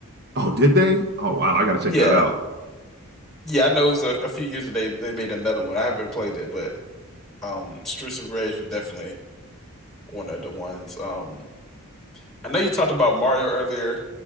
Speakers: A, on the right; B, in the centre.
A: Oh, did they? Oh wow, I gotta check
B: Yeah,
A: that out.
B: yeah. I know it was a, a few years that they they made another one. I haven't played it, but um, Streets of Rage was definitely one of the ones. Um, I know you talked about Mario earlier.